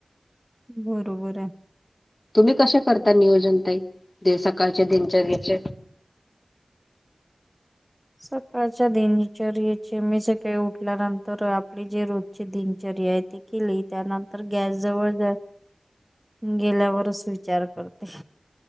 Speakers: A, in the centre; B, on the left (about 45°).
A: बरोबर आहे
B: तुम्ही कशा करता नियोजनताई सकाळचे दिनचर्याच.
A: सकाळच्या दिनचरयेचे मी सकाळी उठल्यानंतर आपली जे रोजची दिनचर्या आहे ती, केली त्यानंतर गॅस जवळ. गेल्यावरच विचार करते.